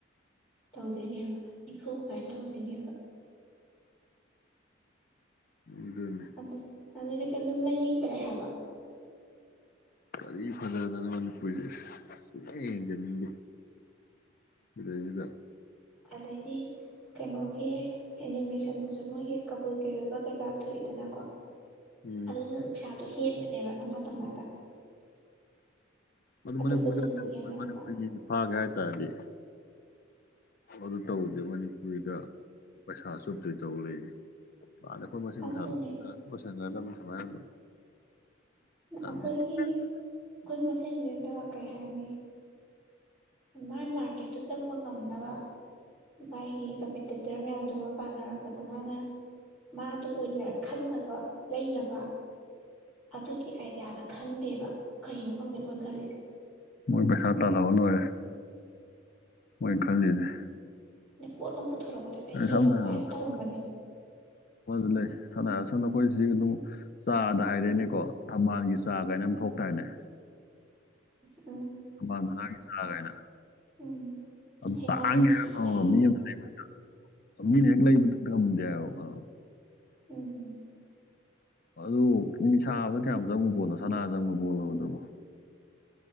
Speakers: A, in the centre; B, on the left (about 50°).
A: ꯇꯧꯗꯣꯏꯅꯦꯕ ꯅꯤꯐꯨ ꯀꯥꯏꯅ ꯇꯧꯗꯣꯏꯅꯦꯕ
B: ꯑꯗꯨꯅꯤ
A: ꯑꯗꯨ ꯑꯗꯨꯗꯤ ꯑꯗꯨꯝ ꯂꯩꯅꯤꯡꯗ꯭ꯔꯦ ꯍꯥꯏꯕ
B: ꯀꯔꯤ ꯐꯖꯗꯅ ꯃꯅꯤꯄꯨꯔꯤꯖꯦ ꯏꯁ ꯁꯨꯛꯌꯦꯡ ꯌꯦꯡꯖꯅꯤꯡꯗꯦ ꯁꯤꯗꯩꯁꯤꯗ
A: ꯑꯗꯩꯗꯤ ꯀꯩꯅꯣꯒꯤ ꯑꯦꯅꯤꯃꯦꯁꯟꯗꯨꯁꯨ ꯃꯣꯏꯒꯤ ꯀꯩꯕꯨꯏ ꯀꯩꯑꯣꯢ ꯀꯩꯀꯥ ꯊꯣꯛꯏꯗꯅ ꯀꯣ
B: ꯎꯝ
A: ꯑꯗꯨꯁꯨ ꯄꯩꯁꯥꯇꯣ ꯍꯦꯟꯕꯅꯦꯕ ꯊꯝꯕꯥꯟ ꯊꯝꯅꯥꯗ
B: ꯑꯗꯨ
A: ꯑꯇꯣꯞꯄꯁꯤꯡꯗꯨ
B: ꯃꯅꯤꯄꯨꯔ <unintelligible>
A: ꯌꯦꯡꯅꯔꯨꯀꯥꯟꯗ
B: ꯐꯥꯒꯦ ꯍꯥꯏꯇꯥꯔꯗꯤ ꯑꯗꯨ ꯇꯧꯗꯦ ꯃꯅꯤꯄꯨꯔꯤꯗ ꯄꯩꯁꯥ ꯆꯨꯞꯇꯣꯏ ꯇꯧ ꯂꯩꯌꯦ ꯀꯥꯟꯗꯦ ꯑꯩꯈꯣꯏ ꯃꯁꯦꯟ
A: ꯑꯗꯨꯅꯦ
B: ꯄꯩꯁꯥꯗꯣ ꯆꯨꯞꯅꯔ ꯑꯗꯨꯝ ꯂꯣꯢꯁꯟꯒ꯭ꯔꯗꯝꯅꯦ ꯁꯨꯃꯥꯏ ꯑꯗꯨꯝ
A: ꯑꯩꯈꯣꯏꯒꯤ
B: ꯌꯥꯗꯦ
A: ꯑꯩꯈꯣꯏ ꯃꯁꯦꯟꯁꯤꯗ ꯀꯩ ꯍꯥꯏꯅꯤ ꯃꯥꯏ ꯃꯥꯔꯀꯦꯠꯇꯨ ꯆꯪꯕ ꯉꯝꯅꯕ ꯃꯥꯒꯤ ꯀꯝꯄꯤꯇꯤꯇꯔ ꯃꯌꯥꯝꯗꯨꯒ ꯄꯥꯅꯔꯛꯄꯗ ꯃꯥꯅ ꯃꯥꯗꯨ ꯑꯣꯏꯅ ꯈꯟꯅꯕ ꯂꯩꯅꯕ ꯑꯗꯨꯒꯤ ꯑꯥꯏꯗꯤꯌꯥꯗ ꯈꯟꯗꯦꯕ ꯀꯩꯅꯣ ꯈꯪꯗꯦ ꯃꯣꯏ ꯈꯜꯂꯤꯁꯦ
B: ꯃꯣꯏ ꯄꯩꯁꯥ ꯇꯥꯜꯍꯧꯔ ꯂꯣꯢꯔꯦ ꯃꯣꯢ ꯈꯜꯂꯤꯁꯦ
A: ꯗꯩ ꯄꯣꯠ ꯑꯃ ꯄꯨꯊꯣꯔꯛꯄꯗ ꯑꯟꯇ
B: ꯑꯗꯩ
A: ꯌꯦꯡꯉꯣꯕ
B: ꯁꯝꯅ ꯍꯥꯏꯔꯕꯗ
A: ꯑꯗꯨꯃꯥꯢ ꯇꯧꯔꯝꯕꯅꯦ
B: ꯑꯃꯁꯨ ꯂꯩ ꯁꯝꯅ ꯍꯥꯢꯔꯕꯗ ꯑꯈꯣꯢ ꯁꯤꯒꯤ ꯑꯗꯨꯝ ꯆꯥꯗ ꯍꯥꯏꯔꯦꯅꯦꯀꯣ ꯊꯝꯕꯥꯜꯒꯤ ꯆꯥ ꯀꯥꯏꯅ ꯌꯥꯝ ꯊꯣꯛꯇꯥꯏꯅꯦ
A: ꯎꯝ
B: ꯊꯝꯕꯥꯟ ꯃꯅꯥꯒꯤ ꯆꯥ ꯒꯥꯏꯅ
A: ꯎꯝ
B: ꯑꯝ
A: ꯍꯩꯃꯥꯡꯀꯤ
B: ꯇꯥꯡꯉꯦ ꯍꯥꯢꯕ
A: ꯀꯥꯏꯅ
B: <unintelligible> ꯃꯤꯅ ꯍꯦꯛ ꯂꯩꯝꯕꯗꯦ ꯍꯥꯢꯕ ꯈꯪꯉꯕ
A: ꯑꯝ
B: ꯑꯗꯨ ꯃꯤ ꯁꯥꯕꯗ ꯀꯌꯥꯝ ꯆꯪꯕ ꯄꯣꯠꯅꯣ ꯁꯅꯥ ꯆꯪꯕ ꯄꯣꯠꯂꯣꯕ ꯑꯗꯨꯕꯨ